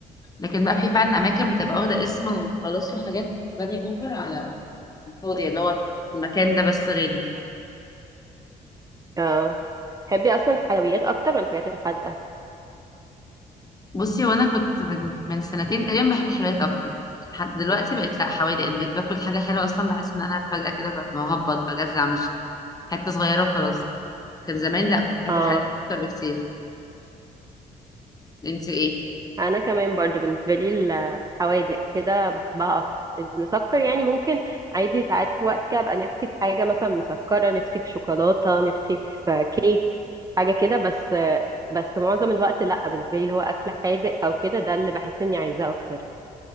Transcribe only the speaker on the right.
اه تحبي أصلا حلويات أكتر ولا الحاجات الحادقة؟
اه
انا كمان برضو بالنسبه لي الحوادق كده بحبها اكتر المسكر يعني ممكن عادي ساعات في وقت كده ابقى نفسي في حاجه مثلا مسكره نفسي في شوكولاته نفسي في كيك حاجه كده بس بس معظم الوقت لا بالنسبه لي اللي هو اكل حادق او كده ده اللي بحس اني عايزاه اكتر